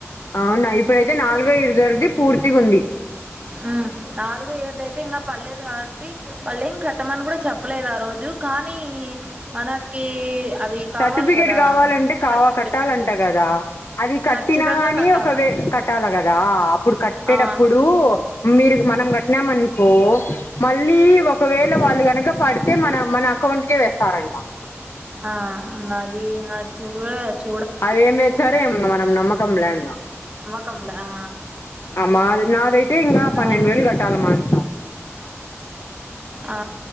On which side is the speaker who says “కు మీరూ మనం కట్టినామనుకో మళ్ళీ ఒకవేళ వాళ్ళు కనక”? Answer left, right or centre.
Left